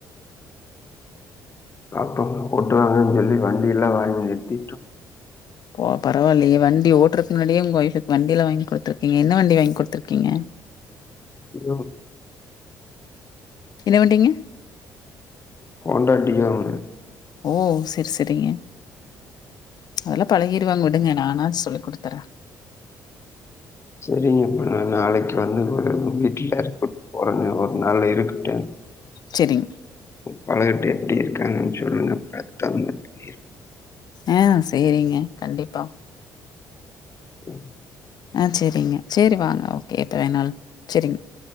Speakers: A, on the left (about 30°); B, on the left (about 45°).
A: அப்ப ஓட்டுவாங்கன்னு சொல்லி வண்டில்லாம் வாங்கி எத்திட்டோம்
B: ஓ பரவாயில்லையே வண்டி ஓட்டுறக்கு முன்னாடியே உங்க ஒய்ஃப்க்கு வண்டியல்லா வாங்கி குடுத்துருக்கீங்க என்ன வண்டி வாங்கி குடுத்துருக்கீங்க
A: டியோ
B: என்ன வண்டீங்க
A: ஹோண்டா டியோங்க
B: ஓ சேர் சேரிங்க அதல்லாம் பழகிடுவாங்க விடுங்க நானா சொல்லி் குடுத்தற
A: சேரிங்க இப்ப நான் நாளைக்கு வந்து கூட வீட்டுல உட் ஒரு ஒரு நாள் இருக்கட்டு
B: சேரிங்க
A: பழகிட்டு எப்டி இருக்காங்கன்னு சொல்லுங்கத்தத்த இருங்க
B: ஆ சேரிங்க கண்டிப்பா
A: பண்ணிருக்கோ
B: ஆ சேரிங்க சேரி வாங்க ஓகே எத்தன நாள் சேரிங்க